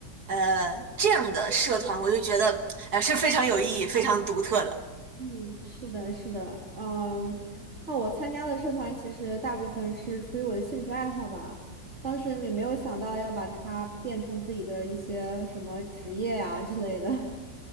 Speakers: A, on the right; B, on the right.
A: 呃，这样的社团，我就觉得，呃，是非常有意义、非常独特的。
B: 嗯是的，是的，嗯，那我参加的社团其实大部分是出于我的兴趣爱好吧，当时也没有想到要把它变成自己的一些什么职业呀、之类的。<laughs>